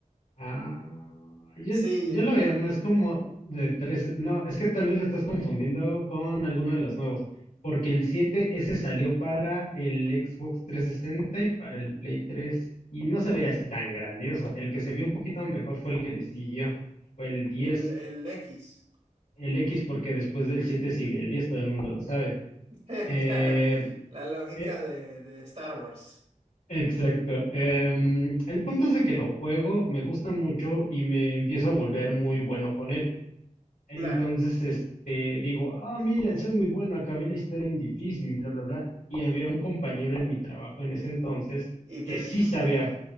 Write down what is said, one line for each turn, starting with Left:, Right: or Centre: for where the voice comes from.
Left: Ah, yo,
Right: Sí,
Left: yo lo
Right: yo,
Left: veía más como de tres. No, es que tal vez lo estás confundiendo con alguno de los nuevos. Porque el 7 ese salió para el Xbox 360 y para el Play 3. Y no se veía así tan grandioso. El que se vio un poquito mejor fue el que le siguió. que Fue el diez,
Right: el, el X.
Left: El X, porque después del 7 sigue el 10. todo el mundo lo sabe.
Right: <laughs>
Left: Eh,
Right: Claro, la lógica
Left: eh,
Right: de, de Star Wars.
Left: exacto. Em, el punto es de que lo juego, me gusta mucho y me empiezo a volver muy bueno con él. Entonces,
Right: Claro.
Left: este, digo, ah, mira soy muy bueno, acabé la historia en difícil y bla, bla, bla. Y había un compañero en mi trabajo en ese entonces
Right: Y te
Left: que sí
Right: dijo.
Left: sabía,